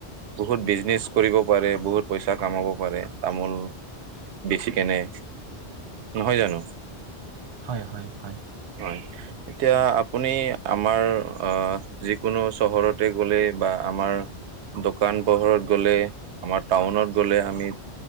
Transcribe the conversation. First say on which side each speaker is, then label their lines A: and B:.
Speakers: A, on the right; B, on the right.
A: বহুত বিজনেচ কৰিব পাৰে বহুত প‌ইচা কামাব পাৰে তামোল বেছি কেনে, নহয় জানোঁ?
B: হয় হয় হয়।
A: হয়, এতিয়া আপুনি আমাৰ অ যিকোনো চহৰতে গলে বা আমাৰ দোকান পোহৰত গ'লে আমাৰ টাউনত গ'লে আমি